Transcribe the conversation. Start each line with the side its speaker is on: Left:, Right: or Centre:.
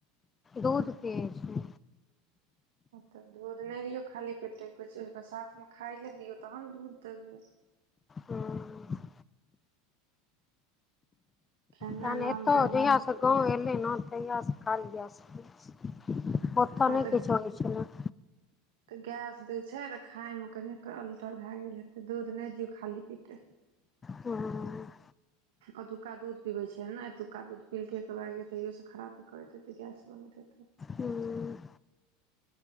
Left: दूध पियै छियै
Right: तऽ दूध नय दियौ खाली पेटे कुछ ओके साथमे खाइ लए दियौ तहन दूध देबै
Left: हूँ
Right: खेनाइ
Left: तहन
Right: मे
Left: एतऽ
Right: अल्टर
Left: जहिया
Right: भेल हेतै
Left: स गाँव एलै न तहियास सकाल जा सकै छी ओतऽ
Right: हँ
Left: नय
Right: तऽ
Left: किछु होइ छेलै
Right: तऽ गैस दै छै तऽ खायमे कनिक अल्टर भए गेल हेतै दूध नय दियौ खाली पेटे।
Left: हँ
Right: ओतुका दूध पिबैत छै ने एतुक्का दूध पीलकै एक बायगे तैयोसँ खराबी करैत हेतै गैस बनैत हेतै।
Left: हूँ